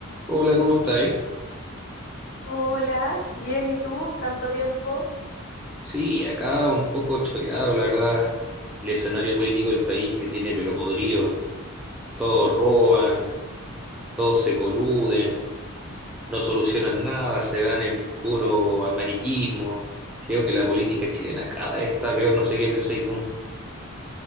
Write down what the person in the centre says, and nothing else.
Hola, ¿cómo estáis?
Sí, acá un poco choreado, la verdad. El escenario político del país me tiene pero podrido. Todos roban, todos se coluden, no solucionan nada, se van en puro amarillismo. Creo que la política chilena cada vez está peor, no sé qué pensáis tú.